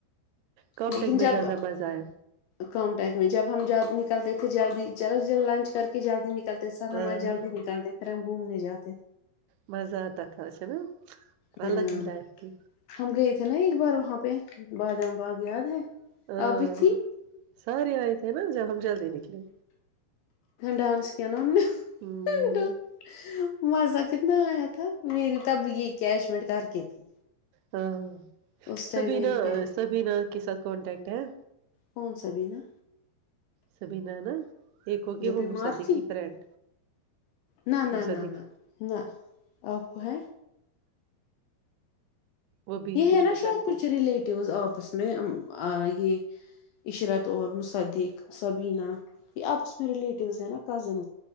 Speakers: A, on the right; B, on the left.
A: کمٹیک
B: لیکن جب
A: میں زیادہ مزہ آیا
B: کم ٹائم میں جب ہم ج نکلتے تھے جلدی چلو ج لنچ کر کے جلدی نکلتے سراامان
A: ہاں
B: جلدی نکلتے ہم گھومنے جات
A: مزہ آتا اس میںا
B: ہاں
A: الگ ہی لگتی
B: ہم گئے نا ایک بار وہاں پہ بادام باغ یاد ہے
A: ہاں
B: آپ بھی تھی
A: سارے آئے تھے نا جم جد نکلے
B: ڈانس کی نوں نا
A: ہمم
B: م ج کی میں آیا تھا میری تب یہ کیش منٹ کر کے تھی
A: ہاں
B: اس ٹائم
A: سبین
B: میری کیا
A: سبین کے ساتھ کانٹیکٹ ہے
B: کون س بنا
A: سبھی ن نا ایک ہوگیا
B: جو
A: وہ
B: بیمار
A: مصدی
B: تھی
A: کی فرینڈ
B: نہ نہ
A: مصدق
B: نہ نہ نہ آپ کو ہے
A: وہ بیچ
B: یہ
A: بیچ
B: ہ نا
A: میں
B: شاید
A: کرتے
B: کچھ رلیلیٹوز آپس میں یہ عشرت اور مصدق سبینہ یہ آپس میں ریلیٹیوس ہیں نا کزن